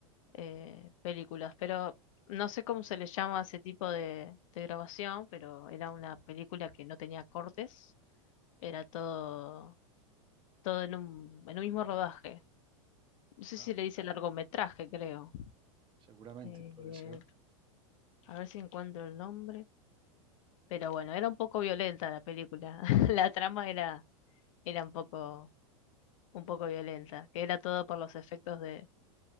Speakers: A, on the left; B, on the right.
A: eh, películas, pero no sé cómo se le llama a ese tipo de, de grabación, pero era una película que no tenía cortes, era todo, todo en un, en un mismo rodaje. No sé
B: Ah,
A: si le dice largometraje, creo.
B: seguramente,
A: Eh,
B: puede ser.
A: a ver si encuentro el nombre. Pero bueno, era un poco violenta la película. <laughs> La trama era, era un poco un poco violenta, que era todo por los efectos de,